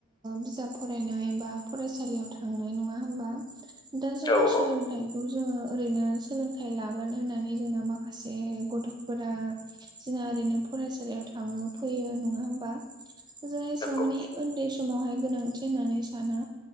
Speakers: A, on the right; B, on the left.
A: बिजाब फरायनाय बा फरायसालियाव थांनाय नङा होमबा दा जोङो
B: औ
A: सोलोंथाइखौ
B: औ
A: जोङो ओरैनो सोलोंथाइ ला होननानै जोंना माखासे गथ'फोरा जोंना ओरैनो फरायसालियाव था थाङो फैयो नङा हबा जाएसिबां
B: नंगौ
A: माने उन्दै समावहाय गोनांथि होननानै साना